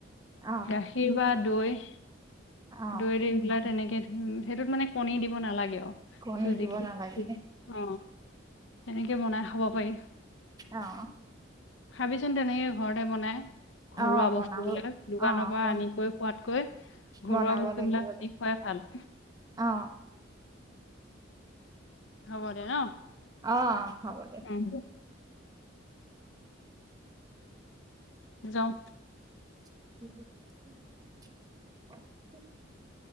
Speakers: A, on the right; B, on the left.
A: অ',
B: গাখীৰ বাদ দৈ।
A: অ',
B: ডৰি তেনেকে সেইটোত মানে কণী দিব নালাগে আৰু।
A: কনেই
B: চুজিকে
A: যিব নালাগে।
B: অ তেনেকে বনাই খাব পাৰি।
A: অ'।
B: খাবিচোন তেনেকে ঘৰতে বনাই। ঘৰুৱা
A: অ', বনাব
B: বস্তু বিলাক দোকানৰ
A: অ',
B: পৰা
A: বন
B: আনি কৈ খোৱাতকৈ ঘৰুৱা
A: বনাব
B: বস্তুবিলাক
A: লাগিব
B: কিনি খোৱাই ভাল।
A: অ',
B: হ'ব দে ন?
A: অ', হ'ব দে।
B: উম যাওক
A: <inaudible>